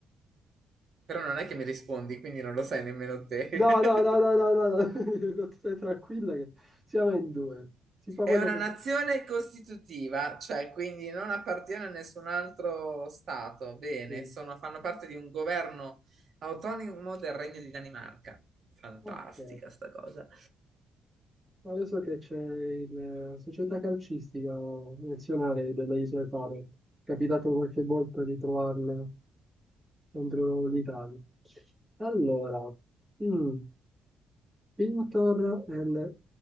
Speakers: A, on the right; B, on the right.
A: Però non è che mi rispondi, quindi non lo sai nemmeno te.
B: No, no, no,
A: <laughs>
B: no, no, no, no. <laughs> Stai tranquilla che siamo in due. Si fa
A: È
B: quello
A: una
B: che
A: nazione
B: si può.
A: costitutiva, cioè quindi non appartiene a nessun altro stato. Bene,
B: Sì.
A: sono- fanno parte di un governo autonomo del Regno di Danimarca. Fantastica
B: Ok.
A: sta cosa.
B: ma Adesso che c'è il- la società calcistica nazionale delle Isole Faro, è capitato qualche volta di trovarle contro l'Italia. Allora, mm, Pintor è il